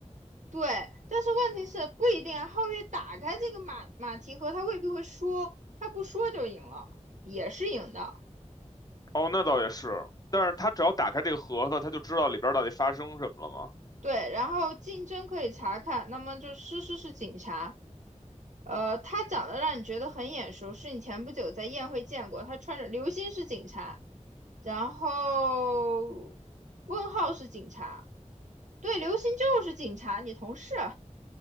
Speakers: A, on the right; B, on the left.
A: 对，但是问题是不一定啊。皓月打开这个马马蹄盒，他未必会说，他不说就赢了，也是赢的。
B: 哦，那倒也是，但是他只要打开这个盒子，他就知道里边儿到底发生什么了吗？
A: 对，然后竞争可以查看，那么就诗诗是警察，呃，他长得让你觉得很眼熟，是你前不久在宴会见过，他穿着刘星是警察，然后问号是警察，对，刘星就是警察，你同事。